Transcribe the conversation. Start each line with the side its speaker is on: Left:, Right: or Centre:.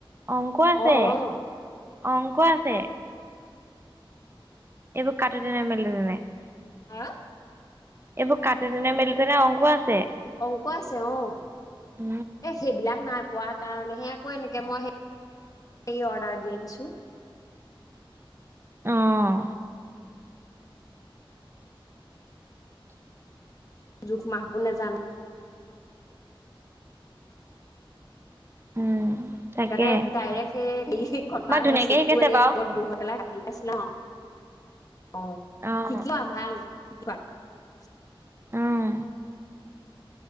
Right: অংক আছে
Left: অ অ
Right: অংক আছে। এইবোৰ কাট ন মেল দি নে
Left: হাঁ
Right: এইবোৰ কাটিতেনে মেলিতেনে অংক আছে
Left: অংক আছে অ
Right: অ',
Left: এ সেইবিলাক নাই পোৱা কাৰণে সেয়া কোৱা নেকি মই সেৰৰি অৰ্ডাৰ দিছো
Right: উম,
Left: জক ম ব ন জান
Right: উম তাকে।
Left: সেইকাৰণে ডাইৰেক্ট সেই হে কটা
Right: আমাক ধুনীয়াকে
Left: সেই চবোৰ
Right: শিকাইছে
Left: এনেকে
Right: বাৰু
Left: কাপত বহত পেলাই কাটি পাইছিলা অঁ
Right: অ',
Left: শিকোৱা ভাল শিকোৱা <unintelligible>
Right: অঁ